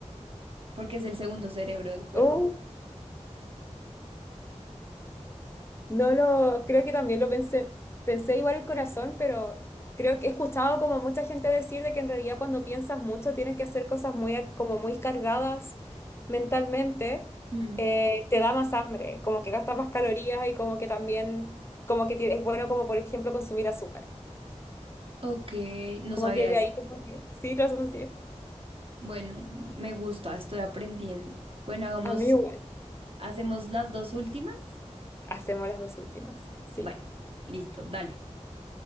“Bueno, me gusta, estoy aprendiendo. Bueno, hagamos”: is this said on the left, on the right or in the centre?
Right